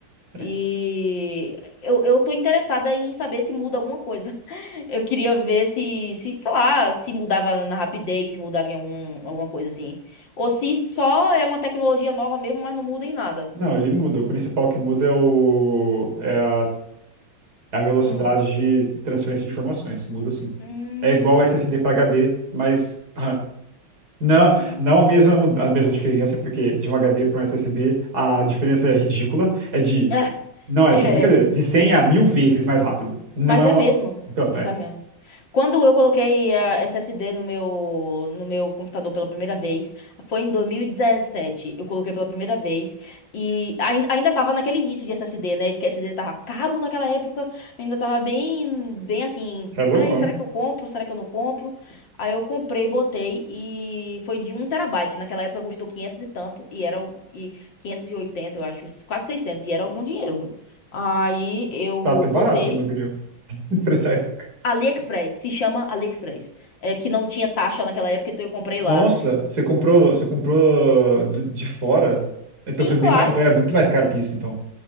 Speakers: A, on the left; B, on the right.
A: E
B: É.
A: eu, eu tô interessada em saber se muda alguma coisa. <laughs> Eu queria ver se, se, sei lá, se mudava na rapidez, se mudava em algum, alguma coisa assim. Ou se só é uma tecnologia nova mesmo, mas não muda em nada.
B: Não, ele muda. O principal que muda é, o, é a, é a velocidade
A: Hum.
B: de transferência de informações. Muda sim.
A: Hum.
B: É igual SSD para HD, mas RAM. Não,
A: Hum.
B: não a mesma, mu- a mesma diferença, porque de um HD para um SSD a diferença é ridícula. É de,
A: É,
B: não é,
A: é,
B: isso é brincadeira,
A: é.
B: de 100 a
A: é.
B: 1000 vezes mais rápido. Não
A: Mas
B: é uma.
A: é mesmo.
B: Então,
A: Isso
B: é,
A: é mesmo. Quando eu coloquei a SSD no meu, no meu computador pela primeira vez, foi em dois mil e dezessete Eu coloquei pela primeira vez e ainda, ainda tava naquele início de SSD, né? Que SSD tava caro naquela época, ainda tava bem, bem assim.
B: você é louco,
A: Ai, será
B: né?
A: que eu compro? Será que eu não compro? Aí eu comprei, botei e foi de um terabyte. Naquela época custou 500 e tanto e era o- e 580 eu acho, quase 600 e era algum dinheiro, viu? Aí eu
B: Tá até barato,
A: botei.
B: na minha opinião. <laughs> Preço é-
A: AliExpress, se chama AliExpress. É, que não tinha taxa naquela época, então eu comprei
B: Nossa,
A: lá.
B: você comprou, você comprou do- de fora? Então
A: Sim,
B: foi bem
A: claro.
B: mais, então era muito mais caro que isso, então.